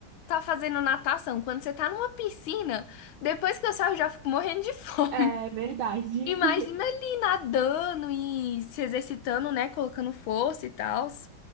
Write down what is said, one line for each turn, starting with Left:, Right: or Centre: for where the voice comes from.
Left: tá fazendo natação, quando você tá numa piscina, depois que eu saio eu já fico morrendo de <laughs> fome.
Right: É verdade. <laughs>
Left: Imagina ali nadando e se exercitando, né? Colocando força e tal.